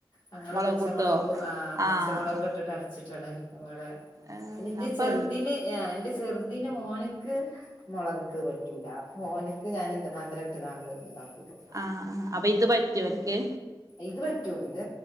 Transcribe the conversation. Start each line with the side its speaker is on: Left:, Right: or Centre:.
Left: ഞങ്ങള്
Right: മൊളകൂട്ടോ
Left: പച്ചമൊളകു ആഹ് പച്ചമൊളക്ട്ടിട്ട്
Right: ആഹ്
Left: അരച്ചിട്ടാണ് ഇവടെ
Right: ഏഹ്
Left: പിന്നെന്റെ
Right: അപ്പൊ
Left: ചെറ്തിന് യാ ഇന്റെ ചെറുദിന് മോന്ക്ക് മൊളക്ട്ട് പ പറ്റൂല അപ്പോ ഓന്ക്ക് ഞാൻ എന്ത് മധുരട്ട്ങ്ങാണ്ട് ഉണ്ടാക്കി കൊടുക്കും
Right: ആഹ് ആഹ് അപ്പ ഇത് പറ്റോ ഓല്ക്ക്
Left: ഇത് പറ്റും ഇത്